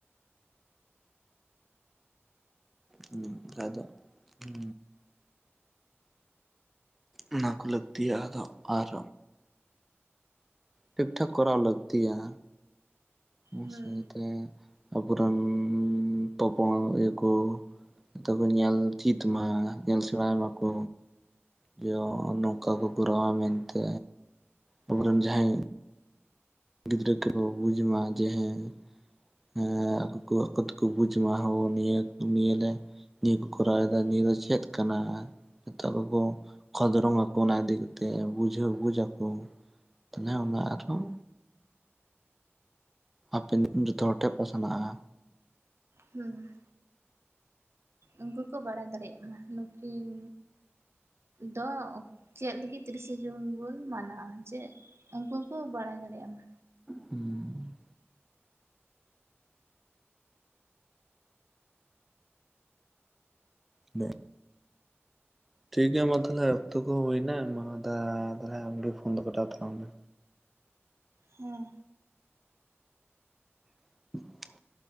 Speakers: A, in the centre; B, on the right.
A: ᱦᱩ ᱟᱫᱚ ᱦᱩ ᱚᱱᱟ ᱠᱚ ᱞᱟᱹᱠᱛᱤᱭᱟ ᱟᱫᱚ ᱟᱨ ᱴᱷᱤᱠ ᱴᱷᱟᱠ ᱠᱚᱨᱟᱣ ᱞᱟᱹᱠᱛᱤᱭᱟ <unintelligible>
B: ᱦᱩᱸ
A: ᱛᱮ ᱟᱵᱚᱨᱮᱱ ᱛᱚᱯᱚᱲ ᱤᱭᱟᱹ ᱠᱚ ᱡᱚᱛᱚ ᱠᱚ ᱧᱮᱞ ᱪᱮᱫ ᱢᱟ ᱧᱮᱞ ᱥᱮᱬᱟᱭ ᱢᱟᱠᱚ ᱡᱮ ᱱᱚᱝᱠᱟ ᱠᱚ ᱠᱚᱨᱟᱣᱟ ᱢᱮᱱᱛᱮ ᱟᱵᱚᱨᱮᱱ
B: ᱦᱮᱸ
A: ᱡᱟᱦᱟᱸᱭ ᱜᱤᱫᱽᱨᱟᱹ ᱠᱚᱠᱚ ᱵᱩᱡᱽᱢᱟ ᱡᱮ ᱦᱮᱸ ᱦᱮᱸ ᱟᱠᱚ ᱠᱚ ᱟᱠᱚ ᱫᱚᱠᱚ ᱵᱩᱡᱽ ᱢᱟ ᱦᱳ ᱱᱤᱭᱟᱹ ᱱᱤᱭᱟᱹᱞᱮ ᱱᱤᱭᱟᱹ ᱠᱚ ᱠᱚᱨᱟᱣ ᱮᱫᱟ ᱱᱤᱭᱟᱹ ᱫᱚ ᱪᱮᱫ ᱠᱟᱱᱟ <unintelligible> ᱚᱠᱷᱚᱫᱨᱚᱝ ᱟᱠᱚ ᱚᱱᱟᱤᱫᱤ ᱠᱟᱛᱮ ᱵᱩᱡᱟᱹ ᱵᱩᱡ ᱟᱠᱚ ᱛᱟᱦᱚᱞᱮ ᱚᱱᱟ ᱟᱨᱦᱚᱸ ᱦᱟᱯᱮᱱ ᱡᱚᱛᱚ ᱦᱚᱲ ᱴᱷᱮᱱ ᱯᱟᱥᱱᱟᱜᱼᱟ
B: ᱦᱩᱸ ᱩᱱᱠᱩ ᱠᱚ ᱵᱟᱲᱟᱭ ᱫᱟᱲᱮᱭᱟᱜ ᱢᱟ ᱱᱩᱠᱤᱱ ᱫᱚ ᱪᱮᱫ ᱞᱤᱜᱤᱫ ᱛᱤᱨᱤᱥᱮ ᱡᱩᱱ ᱵᱩᱱ ᱢᱟᱱᱟᱣᱟ ᱪᱮᱫ ᱩᱱᱠᱩ ᱠᱚ ᱵᱟᱲᱟᱭ ᱫᱟᱲᱮᱭᱟᱜᱼᱟ
A: ᱦᱮᱸ ᱵ ᱴᱷᱤᱠ ᱜᱮᱭᱟ ᱢᱟ ᱛᱟᱦᱚᱞᱮ ᱚᱠᱛᱚ ᱠᱚ ᱦᱩᱭᱮᱱᱟ ᱢᱟ ᱛᱟᱦᱚᱞᱮ ᱟᱢᱜᱮ ᱯᱷᱳᱱ ᱫᱚ ᱠᱟᱴᱟᱣ ᱛᱟᱞᱟᱝ ᱢᱮ
B: ᱦᱮᱸ
A: <unintelligible>